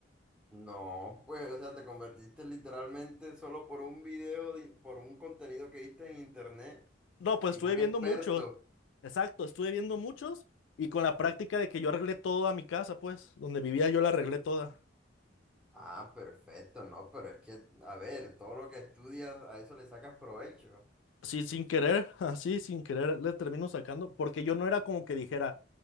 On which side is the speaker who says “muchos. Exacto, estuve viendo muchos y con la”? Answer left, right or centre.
Left